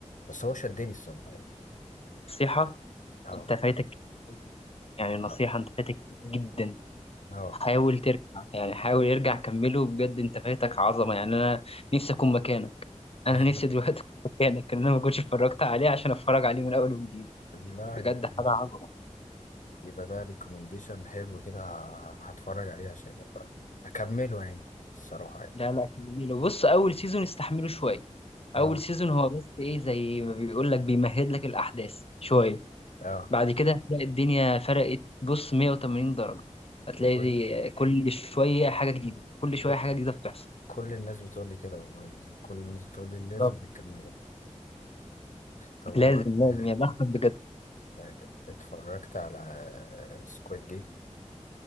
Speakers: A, on the left (about 90°); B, on the left (about 50°).
A: بس هو شدني الصراحة يعني
B: نصيحه
A: اه
B: انت فايتك يعني نصيحه
A: صح
B: انت فايتك جدا
A: اه
B: حاول ترجع يعني حاول يرجع كمله بجد انت فايتك عظمه يعني انا نفسي اكون مكانك انا
A: <laughs>
B: نفسي دلوقتي اكون مكانك ان انا ما كنتش اتفرجت عليه عشان اتفرج عليه من اول وجديد
A: لا
B: بجد
A: يبقى
B: حاجه عظمه
A: يبقى ده ريكومنديشن حلو كده ه- هتفرج عليه عشان يبقى اكمله يعني الصراحة يعني
B: لا لا كمله بص اول سيزون استحمله شويه
A: اه
B: اول سيزون هو بس ايه زي ما بيقول لك بيمهد لك الاحداث شويه
A: اه
B: بعد كده هتلاقي الدنيا فرقت بص 180 درجه هتلاقي
A: كل
B: دي كل شويه حاجه جديده كل شويه
A: كل
B: حاجه جديده بتحصل
A: كل الناس بتقول لي كده والله يعني كل الناس بتقول لي لازم
B: بالظبط.
A: تكمله طب هو
B: لازم لازم
A: <laughs>
B: يا بختك بجد
A: طيب، اتفرجت على سكواد جيم